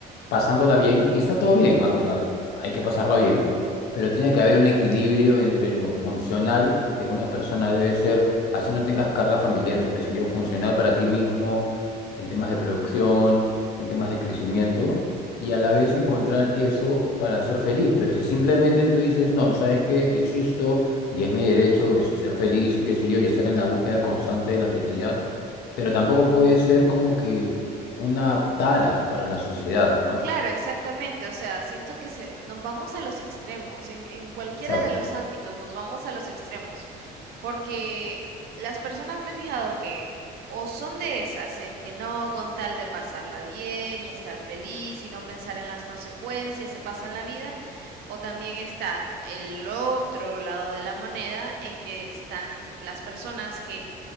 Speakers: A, on the left; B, on the right.
A: pasándola bien y está todo bien, ¿ah? O sea, hay que pasarla bien, pero tiene que haber un equilibrio entre lo funcional que una persona debe ser, así no tengas cargas familiares o qué sé yo, funcional para ti mismo, en temas de producción, en temas de crecimiento, y a la vez encontrar eso para ser feliz. Pero si simplemente tú dices, no, sabes que existo y es mi derecho es ser feliz y qué sé yo, y estar en la búsqueda constante de la felicidad pero tampoco puede ser como que una tara para la sociedad, ¿no?
B: Claro, exactamente. O sea, siento que se, nos vamos a los extremos. En, en cualquiera
A: Exacto.
B: de los ámbitos nos vamos a los extremos. Porque las personas me he fijado que o son de esas en que no, con tal de pasarla bien y estar feliz y no pensar en las consecuencias, se pasan la vida, o también está el otro lado de la moneda en que están las personas que